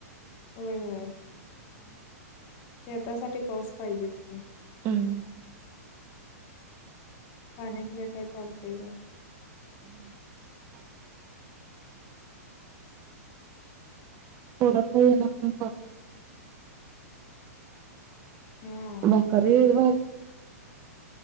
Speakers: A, on the left (about 40°); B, on the right (about 30°).
A: होय होय
B: <inaudible>
A: शेतासाठी पाऊस पाहिजेच की
B: वाढली
A: पाण्याशिवाय काय चालतय होय
B: <inaudible> <inaudible> म्हणजे
A: हा
B: भाकरी <unintelligible>